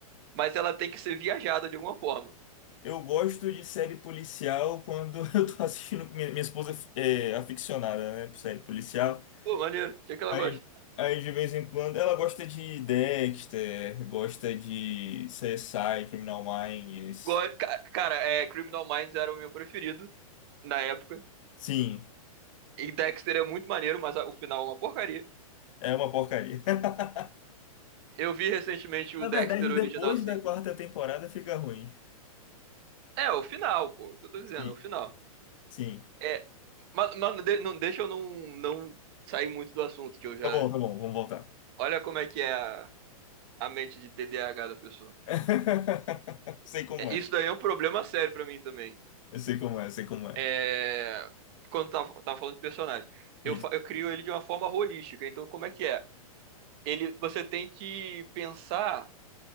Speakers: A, on the right (about 45°); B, on the left (about 60°).
A: mas ela tem que ser viajada de alguma forma.
B: Eu gosto de série policial quando <laughs> eu tô assistindo. Minha, minha esposa é aficionada, né, por série policial.
A: Pô, maneiro. O que é que ela
B: Aí,
A: gosta?
B: aí de vez em quando. Ela gosta de Dexter, gosta de CSI, Criminal Minds.
A: Go- ca- Cara, é, Criminal Minds era o meu preferido na época.
B: Sim,
A: E Dexter é muito maneiro, mas a- o final é uma porcaria.
B: é uma porcaria. <laughs>
A: Eu vi recentemente o
B: Na
A: Dexter
B: verdade,
A: original,
B: depois
A: sim.
B: da quarta temporada fica ruim.
A: É, o final, pô, o que eu tô dizendo,
B: Sim,
A: o final.
B: sim.
A: É, ma- mano, de- não, deixa eu não, não sair muito do assunto, que eu já.
B: Tá bom, tá bom, vamos voltar.
A: Olha como é que é a, a mente de TDAH da pessoa.
B: <laughs> Sei como
A: É,
B: é,
A: isso daí é um problema sério pra mim também.
B: eu sei como é, eu sei como é.
A: É, quando tava, tava falando de personagem, eu,
B: Isso.
A: fa- eu crio ele de uma forma holística. Então, como é que é? Ele, você tem que pensar